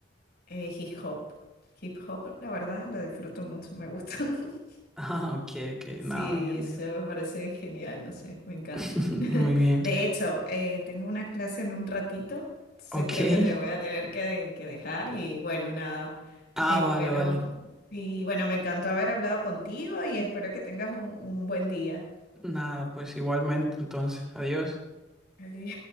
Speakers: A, on the left; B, in the centre.
A: eh, hip hop. Hip hop, la verdad, lo disfruto mucho, me gusta. <laughs>
B: Ah, ok, ok.
A: Sí,
B: No, bien,
A: eso
B: bien.
A: me parece genial, no sé, me encanta.
B: <laughs>
A: <laughs>
B: Muy bien.
A: De hecho, eh, tengo una clase en un ratito, entonces
B: Ok.
A: creo que te voy a tener que, que dejar y bueno, nada,
B: Ah,
A: espero.
B: vale, vale.
A: Y bueno, me encantó haber hablado contigo y espero que tengas un un buen día.
B: Nada, pues igualmente, entonces, adiós.
A: Ay,